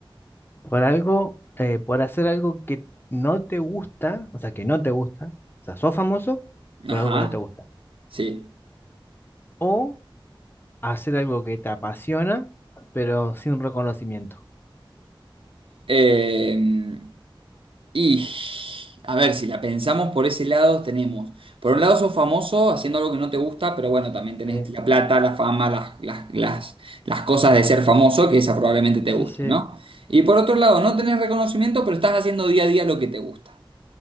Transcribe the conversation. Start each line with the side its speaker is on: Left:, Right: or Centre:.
Left: por algo, eh, por hacer algo que no te gusta, o sea, que no te gusta, o sea, sos famoso por
Right: Ajá,
Left: algo que no te gusta,
Right: sí.
Left: o hacer algo que te apasiona, pero sin reconocimiento?
Right: Eh, Y a ver, si la pensamos por ese lado, tenemos, por un lado sos famoso haciendo algo que no te gusta, pero bueno, también tenés
Left: Sí,
Right: la plata, la fama, las, las, las, las cosas de ser famoso, que esa probablemente te
Left: sí,
Right: gusten,
Left: sí.
Right: ¿no? Y por otro lado, no tenés reconocimiento, pero estás haciendo día a día lo que te gusta.